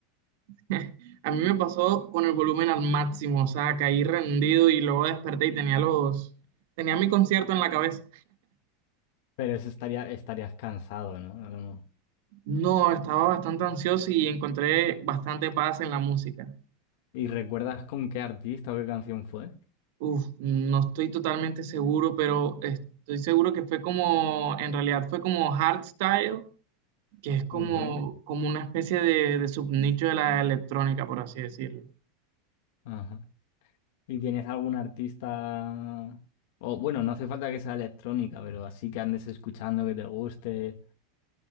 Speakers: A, on the right (about 55°); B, on the left (about 55°).
A: <laughs> A mí me pasó con el volumen al máximo, o sea, caí rendido y luego desperté y tenía los, tenía mi concierto en la cabeza.
B: Pero eso estaría, estarías cansado, ¿no? A lo mejor.
A: No, estaba bastante ansioso y encontré bastante paz en la música.
B: ¿Y recuerdas con qué artista o qué canción fue?
A: Uf, no estoy totalmente seguro, pero estoy seguro que fue como, en realidad fue como hardstyle, que es como,
B: Ok.
A: como una especie de, de subnicho de la electrónica, por así decirlo.
B: Ajá. ¿Y tienes algún artista? O bueno, no hace falta que sea electrónica, pero así que andes escuchando que te guste.